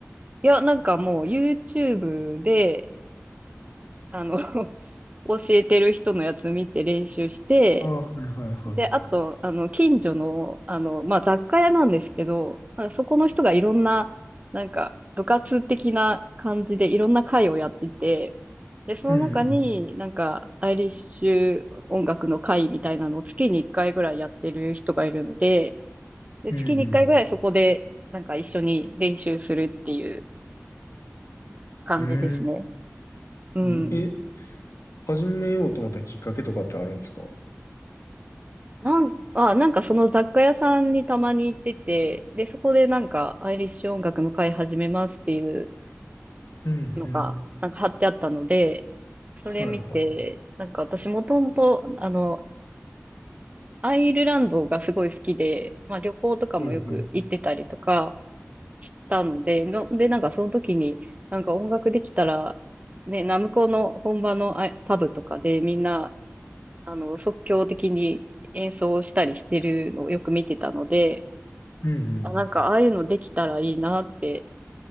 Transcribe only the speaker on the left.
ああはいはいは
い。うんうん。
うんうん。
うーん。
え、え始めようと思ったきっかけとかってあるんですか
うん、
うん。
はい、は
い。おい、はい。
うん、